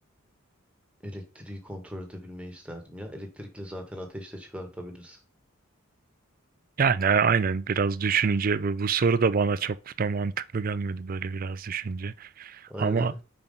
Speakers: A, in the centre; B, on the right.
A: Elektriği kontrol edebilmeyi isterdim ya. Elektrikle zaten ateş de çıkartabilirsin.
B: Yani a- aynen biraz düşününce bu, bu soru da bana çok da mantıklı gelmedi böyle biraz düşünce.
A: Aynen
B: Ama
A: aynen.